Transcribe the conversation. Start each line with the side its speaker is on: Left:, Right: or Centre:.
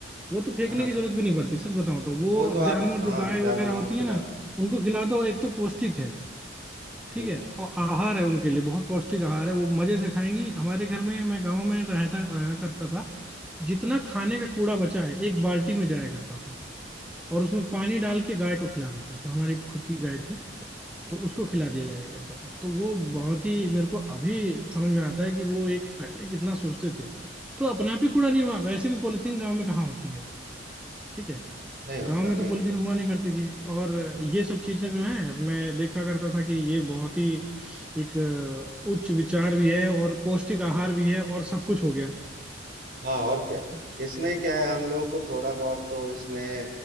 Centre: वो तो फेंकने
Right: हाँ
Centre: की जरूरत भी नहीं पड़ती सच बताऊं तो वो
Right: वो तो आप
Centre: जानवर
Right: हाँ
Centre: जो गाय वगैरह
Right: जानवरों
Centre: होती
Right: को खिला
Centre: है ना
Right: दो
Centre: उनको खिला दो एक तो पौष्टिक है ठीक
Right: बिल्कुल
Centre: है और आहार है उनके लिए बहुत पौष्टिक आहार है वो मजे से खाएंगी हमारे घर में मैं गांव में रहता रहा करता था जितना खाने का कूड़ा बचा है एक बाल्टी में जाया करता था और उसमें पानी डाल के गाय को खिला देते थे हमारी खुद की गाय थी तो उसको खिला दिया जाया करता था तो वो बहुत ही मेरे को अभी समझ में आता है कि वो एक पहले कितना सोचते थे तो अपने आप ही कूड़ा नहीं हुआ वैसे भी पॉलिथीन गाँव में कहाँ होती है ठीक है
Right: नहीं होता
Centre: गांव में
Right: नहीं
Centre: तो पॉलिथीन
Right: होता
Centre: हुआ नहीं करती थी और ये सब चीजें जो हैं मैं देखा करता था कि ये बहुत ही एक अ, उच्च विचार भी है और पौष्टिक आहार भी है और सब कुछ हो गया
Right: हाँ और क्या
Centre: तो
Right: इसमें क्या है हम लोगों को थोड़ा बहुत तो इसमें